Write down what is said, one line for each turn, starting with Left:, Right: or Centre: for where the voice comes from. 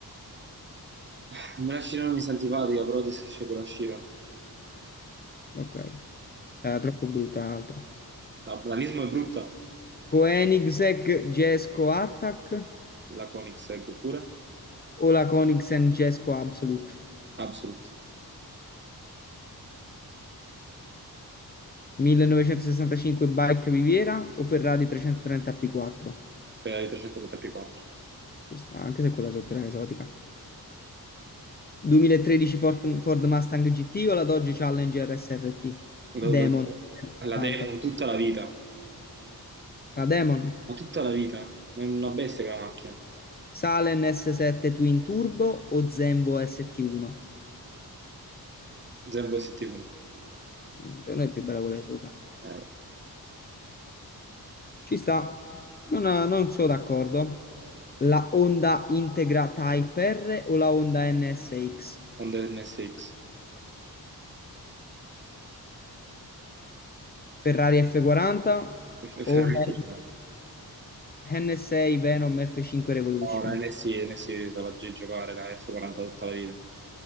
Right: Ah, Me la Chiron mi sta antipatica, però ti esce con la Chiron.
Left: Ok, era troppo brutta l'altra.
Right: La Blanismo è brutta,
Left: Koenigsegg Jesko Attack
Right: la Koenigsegg pure.
Left: o la Koenigsegg Jesko Absolute?
Right: Absolute,
Left: 1965 Bike Riviera o Ferrari 330 P4?
Right: Ferrari 330 P4.
Left: Questa, anche se quella sotto era esotica. 2013 Ford, Ford Mustang GT o la Dodge Challenger SRT?
Right: Lo-
Left: Demon
Right: lo-
Left: 80.
Right: la Demon tutta la vita.
Left: La Demon.
Right: Ma tutta la vita, è una bestia quella macchina,
Left: Salen S7 Twin Turbo o Zenvo ST1?
Right: Zen ST1,
Left: Mm, Per noi è più bella quella di sopra.
Right: eh,
Left: Ci sta, non, non sono d'accordo. La Honda Integra Type R o la Honda NSX?
Right: Honda NSX,
Left: Ferrari F40
Right: è è
Left: o
Right: veramente
Left: N-
Right: violento.
Left: NSA Venom F5 Revolution?
Right: No, la NSI, NSI se la gi- giocare, la F40 tutta la vita,